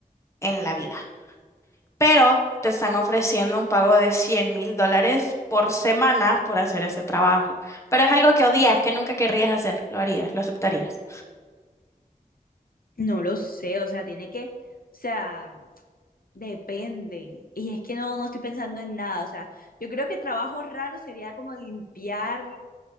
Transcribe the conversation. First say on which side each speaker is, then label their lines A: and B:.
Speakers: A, on the left; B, on the left.
A: en la vida, pero te están ofreciendo un pago de cien mil dólares por semana por hacer ese trabajo, pero es algo que odias, que nunca querrías hacer, lo harías, lo aceptarías.
B: No lo sé, o sea, tiene que, o sea, depende. Y es que no, no estoy pensando en nada, o sea, yo creo que trabajo raro sería como limpiar